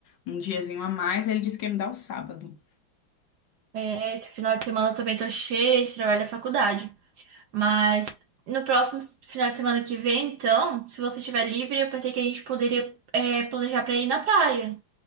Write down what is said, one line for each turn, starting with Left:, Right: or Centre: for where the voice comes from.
Left: um diazinho a mais. Ele disse que ia me dar o sábado.
Right: é, esse final de semana eu também tô cheia de trabalho da faculdade. Mas no próximo final de semana que vem, então, se você estiver livre, eu pensei que a gente poderia, é, planejar pra ir na praia.